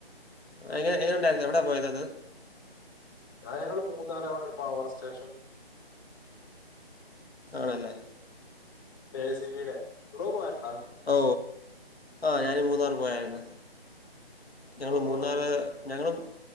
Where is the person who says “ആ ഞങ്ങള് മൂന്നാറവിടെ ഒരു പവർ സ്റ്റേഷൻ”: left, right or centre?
Left